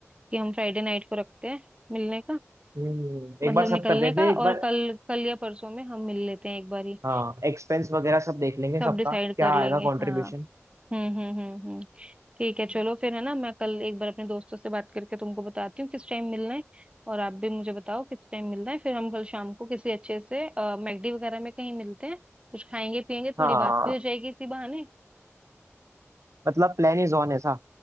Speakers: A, on the right; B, on the right.
A: कि हम फ्राइडे नाइट को रखते हैं मिलने का
B: हम्म
A: मतलब
B: एक बार सब
A: निकलने
B: कर लेते
A: का
B: हैं एक
A: और
B: बार
A: कल कल या परसों में हम मिल लेते हैं एक बार ही
B: हाँ एक्सपेंस वगैरह सब देख लेंगे
A: सब
B: सबका
A: डिसाइड
B: क्या
A: कर लेंगे
B: आएगा कंट्रीब्यूशन
A: हाँ हम्म हम्म हम्म हम्म ठीक है चलो फिर है ना मैं कल एक बार अपने दोस्तों से बात करके तुमको बताती हूँ किस टाइम मिलना है और आप भी मुझे बताओ किस टाइम मिलना है फिर हम कल शाम को किसी अच्छे से मैगडी वगैरह में कहीं मिलते हैं कुछ खाएंगे पियेंगे थोड़ी
B: हाँ
A: बात भी हो जाएगी इसी बहाने
B: मतलब प्लान इज ऑन ऐसा